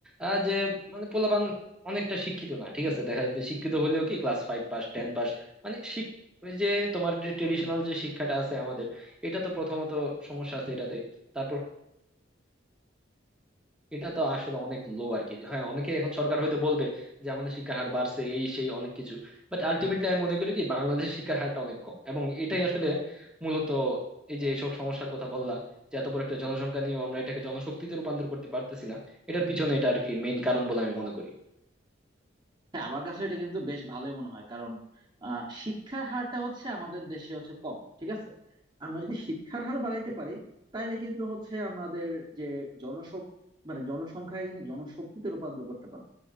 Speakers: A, in the centre; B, on the right.
A: আহ, যে মানে পোলাপান অনেকটা শিক্ষিত না ঠিক আছে দেখা যাচ্ছে শিক্ষিত হলেও কি class five pass ten pass মানে শিক- ওই যে তোমার যে ট্রেডিশনাল যে শিক্ষাটা আছে আমাদের এটা তো প্রথমত সমস্যা আছে এটাতে তারপর এটা তো আসলে অনেক লো আর কি হ্যাঁ অনেকে এখন সরকার হয়তো বলবে যে আমাদের শিক্ষার হার বাড়ছে এই সেই অনেক কিছু বাট আলটিমেটলি আমি মনে করি কি বাংলাদেশের শিক্ষার হারটা অনেক কম এবং এটাই আসলে মূলত এই যে এইসব সমস্যার কথা বললা যে এত বড় একটা জনসংখ্যা নিয়েও আমরা এটাকে জনশক্তিতে রূপান্তর করতে পারতেছি না এটার পিছনে এটা আর কি মেইন কারণ বলে আমি মনে করি
B: হ্যাঁ আমার কাছে এটা কিন্তু বেশ ভালোই মনে হয় কারণ আহ, শিক্ষার হারটা হচ্ছে আমাদের দেশে হচ্ছে কম ঠিক আছে আমরা যদি শিক্ষার হার বাড়াইতে পারি তাহলে কিন্তু হচ্ছে আমাদের যে জনসং মানে জনসংখ্যায় কিন্তু জনশক্তিতে রূপান্তর করতে পারবো